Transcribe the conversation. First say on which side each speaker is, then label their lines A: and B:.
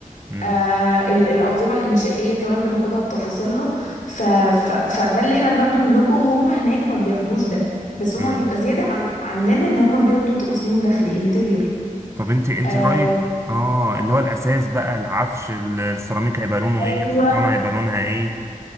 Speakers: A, on the right; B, on the left.
A: مم.
B: آه ال- الانظمه الانشائيه كمان بناخدها بتفاصيلها ف ف فده اللي احنا بناخده منكم هم هناك ما بياخدوش ده بس هما
A: مم.
B: بيبقى زياده عن عننا ان هما بياخدوا تصميم داخلي انتريور
A: طب انت انت
B: آه
A: رأيك اه اللي هو الأساس بقى العفش السيراميك هيبقى لونه
B: ايوه
A: ايه الحيطان هيبقى لونها ايه